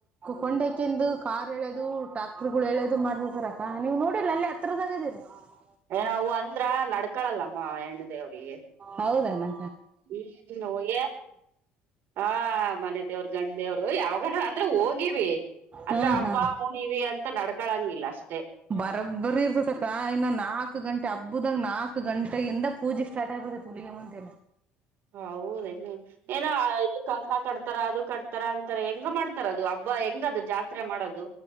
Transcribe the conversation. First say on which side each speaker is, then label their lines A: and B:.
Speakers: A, on the right; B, on the right.
A: ಕೊಂಡಕೆಂದು ಕ <unintelligible> ಹೇಳೋದು ಡಾಕ್ಟರ್ ಗಳು ಹೇಳೋದು ಮಾಡ್ತಿರ್ತರಕ್ಕಾ ನೀವು ನೋಡಿಲ್ಲ ಅಲ್ಲಿ ಹತ್ರದಾಗದಿರಿ <unintelligible> <inaudible>
B: ಏ ನವು ಅಂದ್ರ <unintelligible> ನಡ್ಕಳಲ್ಲಮ್ಮ ಹೆಣ್ಣು ದೇವ್ರಿಗೆ
A: ಹೌದನಾ
B: ಹ್ಮ್ ಹೋ್ಯ <unintelligible> ಹಾ ಮನೆ ದೇವ್ರ ಗಂಡೇವರು ಯಾವಾಗನ ಅಂದ್ರೆ ಹೋಗಿವಿ ಅಂದ್ರೆ
A: ಹಾ
B: ಹಬ್ಬಾ
A: ಹಾ
B: ಹಣಿವ ಅಂತ ನಡ್ಕಳಂಗಿಲ್ಲ ಅಷ್ಟೇ
A: ಬರಬ್ಬರಿ ಇರ್ಸಸಕ ಇನ್ನು ನಾಲ್ಕು ಗಂಟೆ ಹಬ್ಬದಾಗ ನಾಕಕ್ ಗಂಟೆೆಯಿಂದ ಪೂಜೆ ಸ್ಟಾರ್ಟ್ ಆಗ್ಬಿಡತ್ತೆ ತುಲಿಗಮ್ಮ ಅಂತ
B: ಹೌದನ್ನು ಏನ ಇದ ಕಂಂತರ ಕಡ್ತಾರ ಅದು ಕಟ್ತಾರ ಅಂತಾರ ಹೆಂಗ ಮಾಡ್ತಾರ ಅದು ಹಬ್ಬ ಹೆಂಗದು ಜಾತ್ರೆ ಮಾಡೋದು.